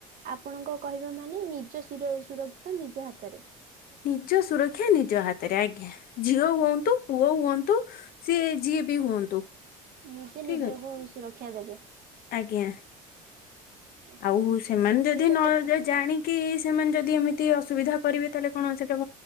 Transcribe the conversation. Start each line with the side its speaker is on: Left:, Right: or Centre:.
Right: ଆପଣଙ୍କ କହିବା ମାନେ, ନିଜ ସୁର ସୁରକ୍ଷିତ ନିଜ ହାତରେ।
Left: ନିଜ ସୁରକ୍ଷା ନିଜ ହାତରେ। ଆଜ୍ଞା। ଝିଅ ହୁଅନ୍ତୁ, ପୁଅ ହୁଅନ୍ତୁ। ସିଏ ଯିଏ ବି ହୁଅନ୍ତୁ।
Right: ନିଜେ
Left: ଠିକ
Right: ନିଜକୁ
Left: ଅଛି
Right: ସୁରକ୍ଷା ଦେବେ।
Left: ଆଜ୍ଞା।
Right: ଆଚ୍ଛା
Left: ଆଉ
Right: ଠିକ
Left: ସେମାନେ
Right: କହିଲେ
Left: ଯଦି
Right: ସେଇଟା
Left: ନ
Right: ତ ଠିକ
Left: ଯେ ଜାଣି।
Right: କଥା
Left: କି ସେମାନେ ଯଦି ଏମିତି ଅସୁବିଧା କରିବେ, ତାହେଲେ କଣ, ସେଇଟା